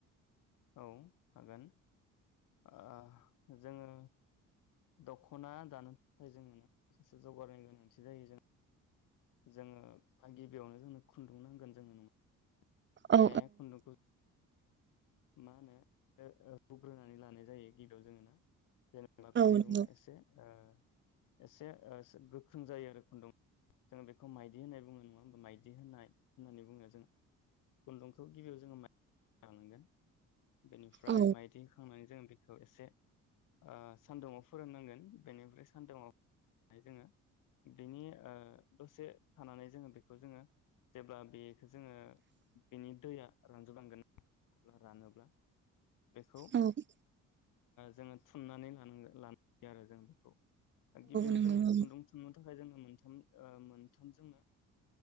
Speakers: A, on the left; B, on the right.
A: औ हागोन ओ जोङो दखना दानो थाखाय जोङो माखासे जौगारनि गोनांथि जायो जों जोङो गिबियावनो जोंनो खुन्दुं नांगोन जोङो नङा
B: औ
A: बे खुन्दुंखौ मा होनो हुग्रोनानै लानाय जायो गिबियाव जोङो ना जेनेबा खुन्दुआ
B: नंगौ
A: एसे ओ एसे <unintelligible> गोख्रों जायो आरो खुन्दुं जों बेखौ माइदि होननाय बुङोनाय नङा होमबा माइदि होननाय होननानै बुङो जोङो खुन्दुंखौ गिबियाव जोङो लानांगोन बेनिफ्राय
B: औ
A: माइदिखांनानै जोङो खौ एसे ओ सान्दुुंआव फोरोंनांगोन बेनिफ्राय सानदुंङाव जोङो ओ बेनि दसे थानानै जोङो बेखौ जोङो जेब्ला बे जोङो बेनि दैया रानजोब लांगोन अब्ला रानोब्ला बेखौ
B: औ
A: जोङो थुननानै लानांगो लानो हायो आरो जों बेखौ दा गिबियाव
B: नंगौ
A: जोङो खुन्दुं थुन थाखाय जोंनो मोनथाम मोनथाम जोंनो